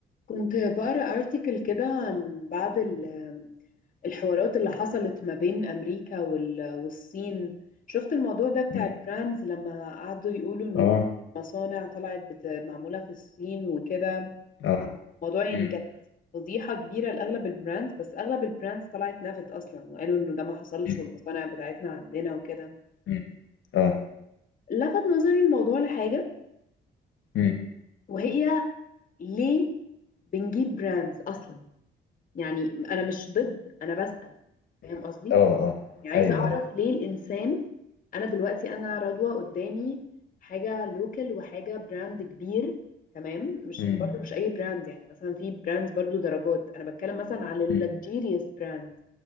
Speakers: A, on the left (about 45°); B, on the left (about 70°).
A: كنت بقرا ارتكل كده عن بعض ال- الحوارات اللي حصلت ما بين امريكا وال- والصين شفت الموضوع ده بتاع
B: مم.
A: البراندز لما قعدوا يقولوا ان
B: اه
A: مصانع طلعت بت- معموله في الصين وكده
B: اه
A: الموضوع يعني
B: مم.
A: كانت فضيحه كبيره لاغلب البراندز بس اغلب البراندز طلعت نفت اصلا وقالوا انه ده ما حصلش
B: مم.
A: والمصانع بتاعتنا عندنا وكده
B: مم. اه
A: لفت نظري الموضوع لحاجه
B: مم.
A: وهي ليه بنجيب براندز اصلا يعني انا مش ضد انا بسأل فاهم
B: مم.
A: قصدي
B: اه اه
A: يعني
B: ايوه
A: عايزة اعرف ليه الانسان انا دلوقتي انا رضوى قدامي حاجة لوكال وحاجة براند كبير تمام مش
B: مم.
A: برضو مش اي براند يعني مثلا في براندز برضو درجات انا بتكلم مثلا على اللكجيريوس
B: مم.
A: براند